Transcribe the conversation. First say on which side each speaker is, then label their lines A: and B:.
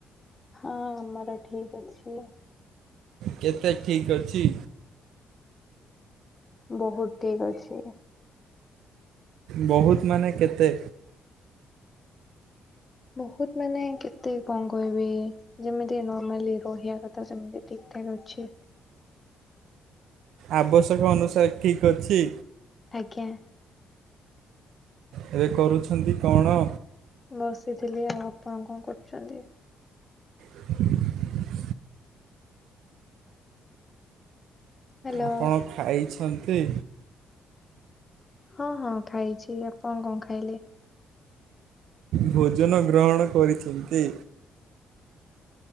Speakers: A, on the left; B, on the right.
A: ହଁ, ଆମର ଠିକ୍ ଅଛି।
B: କେତେ ଠିକ୍ ଅଛି?
A: ବହୁତ ଠିକ୍ ଅଛି।
B: ବହୁତ ମାନେ କେତେ?
A: ବହୁତ ମାନେ କେତେ କଣ କହିଵି? ଯେମିତି ନର୍ମାଲି ରହିବା କଥା, ସେମିତି ଠିକ୍ ଠାକ୍ ଅଛି।
B: ଆବଶ୍ୟକ ଅନୁସାରେ ଠିକ୍ ଅଛି?
A: ଆଜ୍ଞା।
B: ଏବେ କରୁଛନ୍ତି କଣ?
A: ବସିଥିଲି ଆଉ। ଆପଣ କଣ କରୁଛନ୍ତି?
B: <inaudible>
A: ହ୍ୟାଲୋ
B: ଆପଣ ଖାଇଛନ୍ତି?
A: ହଁ ହଁ ଖାଇଛି, ଆପଣ କଣ ଖାଇଲେ?
B: ଭୋଜନ ଗ୍ରହଣ କରିଛନ୍ତି?